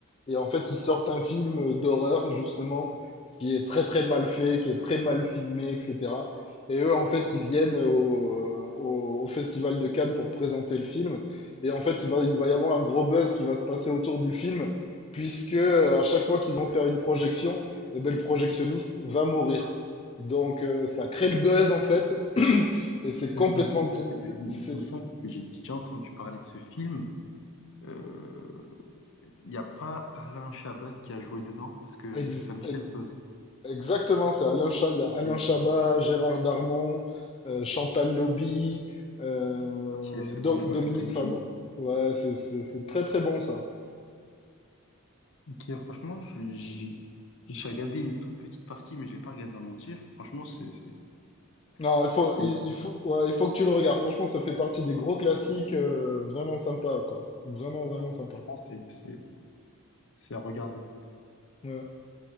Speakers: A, on the left (about 25°); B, on the left (about 60°).
A: Et en fait ils sortent un film d'horreur justement qui est très très mal fait, qui est très mal filmé, etc. Et eux en fait ils viennent au, au au Festival de Cannes pour présenter le film. Et en fait, il va, il va y avoir un gros buzz qui va se passer autour du film, puisque euh, à chaque fois qu'ils vont faire une projection, eh ben, le projectionniste va mourir. Donc euh, ça crée le buzz en fait, <clears throat> et c'est complètement...
B: Euh, il me semble que,
A: C'est
B: il
A: c'est
B: me semble que j'ai déjà entendu parler de ce film. Euh, Il n'y a pas Alain Chabat qui a joué dedans, parce que
A: ex-
B: ça, ça me dit
A: ex-
B: quelque chose.
A: exactement, c'est Alain Cha- il y a
B: Ok,
A: Alain Chabat, Gérard Darmon, euh, Chantal Lobby, euh,
B: ok, c'est
A: Do-
B: bon, je
A: Dominique
B: vois c'est quel
A: Favreau.
B: film.
A: Ouais, c'est c'est- c'est très très bon ça.
B: Ok, franchement, je- j'ai j'ai regardé une toute petite partie, mais je l'ai pas regardé en entier. Franchement, c'est c'est
A: Non,
B: c'est
A: il faut, il,
B: c'est-
A: il faut, ouais, il faut que tu le regardes. Franchement, ça fait partie des gros classiques euh, vraiment sympa, quoi. Vraiment, vraiment
B: franchement,
A: sympa.
B: c'est- c'est- c'est à regarder.
A: Ouais.